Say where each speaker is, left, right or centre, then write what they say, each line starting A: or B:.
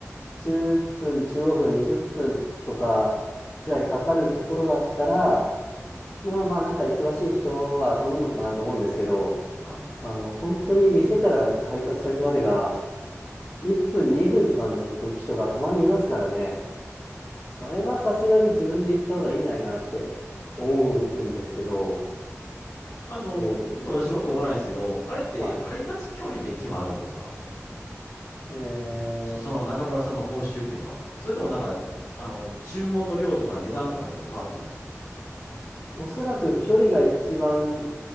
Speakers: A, on the left; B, on the left.
A: 10分、15分、20分とかくらいかかるところだったら、
B: い。うん。
A: まあまあ、なんか忙しい人は頼むのかなと思うんですけど、
B: は
A: あの、本当に店から配達先までが1分、2分とかの時とかたまにいますからね、
B: い。
A: それはさすがに自分で行った方がいいんじゃないかなって思うんですけど、
B: あの、
A: で、
B: ちょっと私もよくわからないんですけど、あれって配達距離で決まるんですか
A: はい。えー
B: そその中村さんの報酬というのは。それともなんか、あの、注文の量とか値段とかによって変わってくるんですか
A: おそらく距離が一番